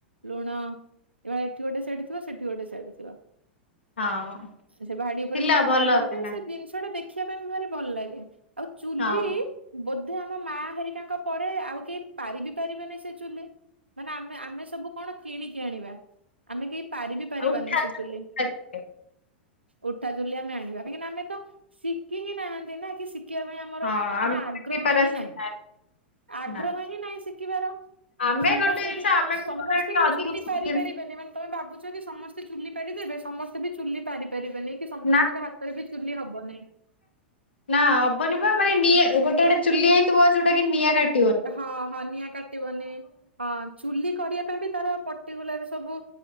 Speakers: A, on the right; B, on the left.
A: ଲୁଣ। ଏଭଳି ଏଠି ଗୋଟେ ସେଇଟି ଥିବ ସେଠି ଗୋଟେ ସେଇଟି ଥିବ।
B: ହଁ
A: ସେ ଭାଡି ଉପରେ
B: ଥିଲା
A: ସବୁ ସଜାଡି
B: ଭଲ
A: ରଖିଥିବେ
B: ଥିଲା
A: ତ ସେ ଜିନିଷଟା ଦେଖିବା ପାଇଁ ବି ଭାରି ଭଲ ଲାଗେ। ଆଉ ଚୁଲି
B: ହଁ ଆଉ
A: ବୋଧେ ଆମ ମା ହେରିକାଙ୍କ ପରେ ଆଉ କେହି ପାରିିବି ପାରିବେନି ସେ ଚୁଲି। ମାନେ ଆମେ ଆମେ ସବୁ କଣ କିଣିକି ଆଣିବା? ଆମେ କେହି ପାରିବି ପାରିବାନି
B: ଉଠା
A: ସେ
B: ଚକଟା
A: ଚୁଲି। ଉଠା ଚୁଲି ଆମେ ଆଣିବା କାହିଁକିନା ଆମେ ତ ଶିଖିଁ ନାହାନ୍ତି ନା କି ଶିଖିବା ପାଇଁମ
B: ହଁ
A: ର
B: ଆମେ
A: ମାନେ
B: ସେମିତି
A: ଆଗ୍ରହ
B: ପାରାସିଟା
A: ହିଁ ନାହିଁ ଆଗ୍ରହ
B: ନା
A: ହିଁ ନାହିଁ ଶିଖିବାର।
B: ଆମେ
A: ସମସ୍ତେ
B: ଗୋଟେ ଜିନିଷ
A: ବି
B: ଆମେ ଗୋଟେ
A: ସମସ୍ତେ
B: ଟିକେ
A: ବି
B: ଅଧିକ
A: ଚୁଲି
B: ସୁବିଧା
A: ପାରିପାରିବେନି ମାନେ ତମେ ଭାବୁଛ କି ସମସ୍ତେ ଚୁଲି ପାରିପାରିବେ ସମସ୍ତେ ବି ଚୁଲି ପାରିପାରିବେନି। କି ସମସ୍ତଙ୍କ
B: ନା
A: ହାତରେ ବି ଚୁଲି ହବ ନାହିଁ।
B: ନା ହବନି ବା ମାନେ ଡିଏ ଗୋଟେ ଗୋଟେ ଚୁଲି ହେଇଥିବ ଯୋଉଟା କି ନିଆଁ କାଟି
A: ହଁ ନିଆଁ କାଟିବନି ହଁ ଚୁଲି କରିବା ପାଇଁ ବି ତାର ପର୍ଟିକୁଲାର ସବୁ